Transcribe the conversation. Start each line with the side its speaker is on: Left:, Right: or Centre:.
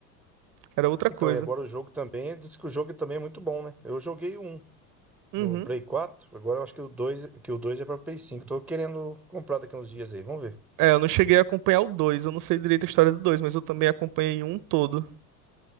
Right: era outra
Centre: Então,
Right: coisa.
Centre: e agora o jogo também, diz que o jogo também é muito bom, né? Eu joguei um
Right: Uhum.
Centre: no Play quatro. agora eu acho que o dois, que o dois é para Play cinco. Tô querendo comprar daqui uns dias aí, vamos ver.
Right: É, eu não cheguei a acompanhar o dois eu não sei direito a história do dois mas eu também acompanhei um todo.